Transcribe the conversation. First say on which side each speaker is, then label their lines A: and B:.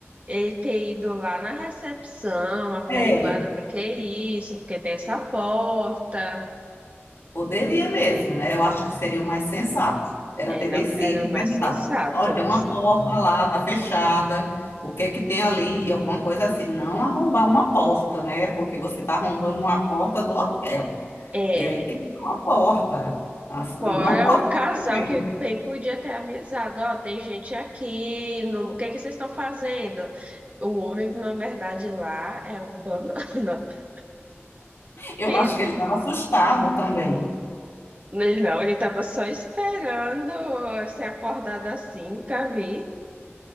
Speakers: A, on the right; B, on the left.
A: Ele ter ido lá na recepção, averiguado
B: É,
A: o que que é isso, porque tem essa porta.
B: poderia mesmo, né? Eu acho que seria o mais sensato. Era
A: Era,
B: ter descido
A: era
B: e
A: o mais
B: perguntado:
A: sensato.
B: olha, tem uma porta lá, tá fechada, o que é que tem ali? Alguma coisa assim. Não arrombar uma porta, né? Porque você está arrombando uma porta do hotel.
A: É,
B: E aí quebrou a porta. Assim,
A: fora
B: Não cobrou
A: o casal
B: também.
A: que bem podia ter avisado, ó, tem gente aqui, no- o que que vocês estão fazendo? O homem, na verdade, lá é um banana. <laughs>
B: Eu
A: Que,
B: acho que ele estava assustado também.
A: ele não, ele estava só esperando ser acordado assim, nunca vi